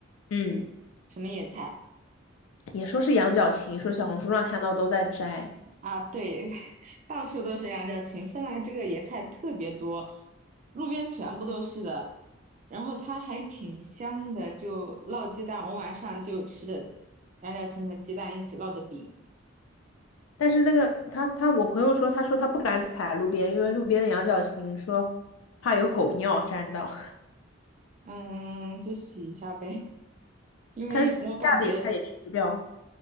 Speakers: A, on the left; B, on the right.
A: 嗯，
B: 什么野菜
A: 也说是羊角芹，说小红书上看到都在摘，
B: 啊？对，<laughs> 到处都是羊角芹，芬兰这个野菜特别多，路边全部都是的，然后它还挺香的，就烙鸡蛋，我晚上就吃的羊角芹和鸡蛋一起烙的饼，
A: 但是那个他他我朋友说，他说他不敢采路边，因为路边的羊角芹说怕有狗尿沾到，
B: 嗯，就洗一下呗，<laughs> 因为我感觉
A: <laughs> 他洗下脸他也去不掉，